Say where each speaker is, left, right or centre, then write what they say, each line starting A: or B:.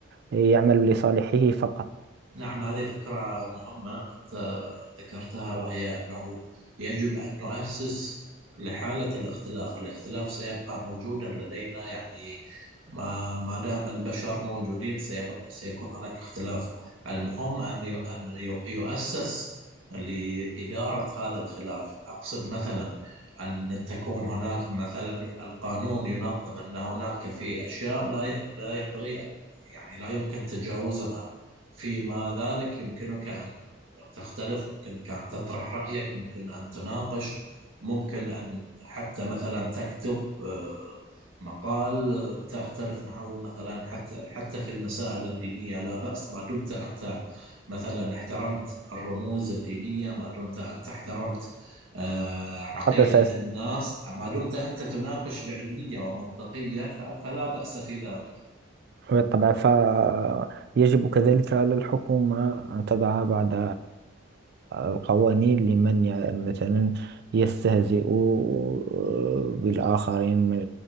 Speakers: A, on the right; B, on the right.
A: يعمل لصالحه فقط
B: نعم هذه فكرة مهمة أنت ذكرتها وهي أنه يجب أن نؤسس لحالة الاختلاف، الاختلاف سيبقى موجودا لدينا يعني ما ما دام البشر موجودين سيبقى سيكون هناك اختلاف، المهم أن يو- أن يو- يؤسس لإدارة هذا الخلاف، أقصد مثلا أن تكون هناك مثلا القانون ينظم أن هناك في أشياء لا ي- لا ينبغي أن يعني لا يمكن تجاوزها فيما ذلك يمكنك أن تختلف يمكنك أن تطرح رأيك ممكن أن تناقش ممكن أن حتى مثلا تكتب آه، مقال آه، تختلف معه مثلا حتى حتى في المسائل الدينية لا بأس ما دمت أنت مثلا احترمت الرموز الدينية ما دمت أنت احترمت آه، عقيدة
A: تحدثت
B: الناس ما دمت أنت تناقش بعلمية ومنطقية ف- فلا بأس في ذلك
A: بالطبع فيجب كذلك على الحكومة أن تضع بعض القوانين لمن ي- مثلا يستهزئ آه، بالآخرين من